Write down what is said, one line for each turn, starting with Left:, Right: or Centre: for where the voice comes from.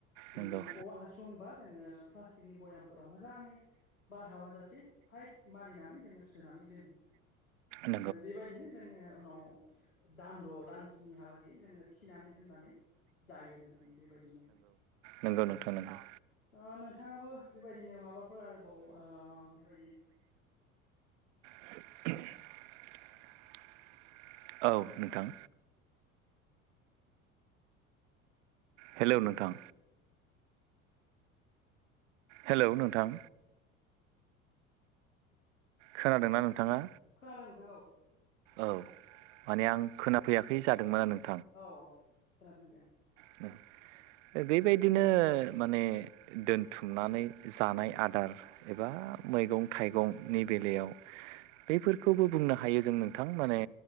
Left: जोङो
Right: नंगौ नंगौ
Left: औवा हासुंबा जोङो प्लास्टिकनि बयामफोराव मोजाङै बार हाबा जासे थाइट मारिनानै जोङो सोनानै दोनो
Right: नंगौ
Left: बेबायदिनो जोङो उनाव दानद' दान सिनिहालागै जोङो थिनानै दोननानै जायो नोंथां बेबायदिनो
Right: नोंगौ
Left: औ
Right: नोंथो नोंगौ
Left: ओ नोंथाङाबो बेबायदिनो माबाफोर आरोबाव ओ बेबायदि <inaudible>
Right: <unintelligible> औ नोंथां हेलौ नोंथां हेलौ नोंथां खोनादोंना नोंथाङा
Left: खोनादों नोंथां औ
Right: औ माने आं खोनाफैयाखै जादोंमोन आरो
Left: औ औ खोनादों दे आं
Right: <inaudible> बेबायदिनो माने दोनथुमनानै जानाय आदार एबा मैगं-थाइगंनि बेलायाव बेफोरखौबो बुंनो हायो जों नों नोंथां माने